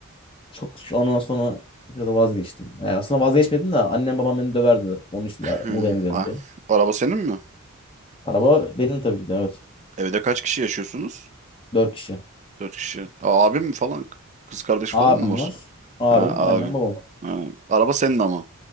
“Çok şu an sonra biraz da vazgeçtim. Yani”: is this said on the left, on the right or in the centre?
Left